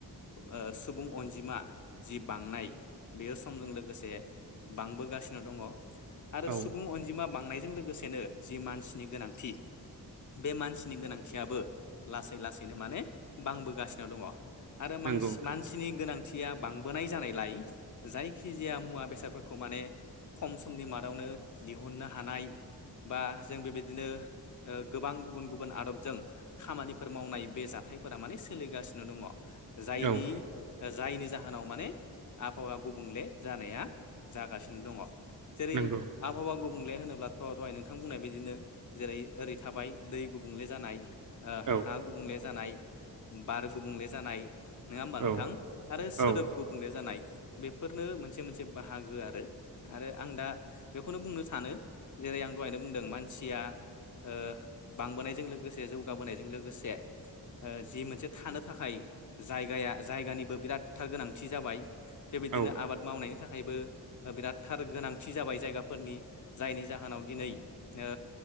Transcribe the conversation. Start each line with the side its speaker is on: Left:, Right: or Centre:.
Left: ओ सुबुं अनजिमा जि बांनाय बेयो समजों लोगोसे बांबोगासिनो दङ आरो
Right: औ
Left: सुबुं अनजिमा बांनायजों लोगोसे नो जि मानसिनि गोनांथि बे मानसिनि गोनांथियाबो लासै लासैनो माने बांबोगासिनो दङ आरो
Right: नंगौ नोंथां
Left: मानसि नि गोनांथिया बांबोनाय जानायलाय जायखिजाया मुवा बेसादफोरखौ माने खम समनि मादावनो दिहुननो हानाय बा जों बेबायदिनो गोबां गुबुन गुबुन आदबजों खामानि फोर मावनाय बे जाथायफोरा माने सोलिगासिनो दङ जायनि
Right: औ
Left: जायनि जाहोनाव माने आबहावा गुबुंले जानाया जागासिनो दङ। जेरै
Right: नंगौ
Left: आबहावा गुबुंले होनोब्ला थ' दहाय नोंथां बुंनायबायदिनो जेरै ओरै थाबाय दै गुबुंले जानाय ओ
Right: औ
Left: हा गुबुंले जानाय बार गुबुंले जानाय नङा होमबा नोंथां
Right: औ
Left: आरो सोदोब
Right: औ
Left: गुबुंले जानाय। बेफोरनो मोनसे मोनसे बाहागो आरो आरो आं दा बेखौनो बुंनो सानो जेरै आं दहायनो बुंदों मानसिया ओ बांबोनायजों लोगोसे जौगाबोनायजों लोगोसे जि मोनसे थानो थाखाय जायगाया जायगानिबो बिराद थार गोनांथि जाबाय। बेबायदिनो
Right: औ
Left: आबाद मावनायनि थाखायबो बिराद थार गोनांथि जाबाय जायगाफोरनि जायनि जाहोनाव दिनै ओ